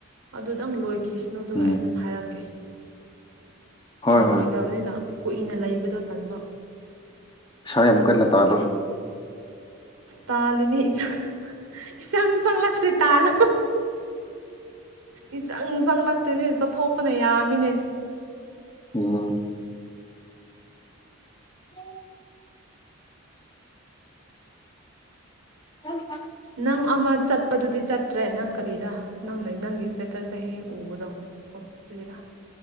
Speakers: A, on the right; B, on the left.
A: ꯑꯗꯨꯗꯪ ꯂꯣꯏ ꯀ꯭ꯔꯤꯁꯅꯣꯗꯨꯒ
B: ꯎꯝ
A: ꯑꯩ ꯑꯗꯨꯝ ꯍꯥꯏꯔꯛꯀꯦ
B: ꯍꯣꯏ
A: ꯂꯣꯏꯗꯕꯅꯤꯅ
B: ꯍꯣꯏ
A: ꯀꯨꯏꯅ ꯂꯩꯕꯗꯣ ꯇꯟꯕ
B: ꯁꯥꯏ ꯑꯃ ꯀ ꯇꯥꯂꯣ
A: ꯇꯥꯂꯤꯅꯦ ꯏꯁꯪ ꯏꯁꯪꯁꯪ ꯂꯥꯛꯇꯦ ꯇꯥꯂ ꯏꯆꯪ ꯆꯪꯂꯛꯇꯣꯏꯅꯦ ꯆꯠꯊꯣꯛꯄꯅ ꯌꯥꯝꯃꯤꯅꯦ
B: ꯑꯝ ꯎ ꯑ
A: ꯅꯪ ꯑꯃ ꯆꯠꯄꯗꯨꯗꯤ ꯆꯠꯇ꯭ꯔꯦ ꯅꯪ ꯀꯔꯤꯔꯥ ꯅꯪ ꯅꯪꯒꯤ ꯏꯁꯇꯦꯇꯁꯁꯦꯦꯛ ꯍꯦꯛ ꯎꯕꯗꯣ ꯍ ꯐꯣꯏꯗꯥ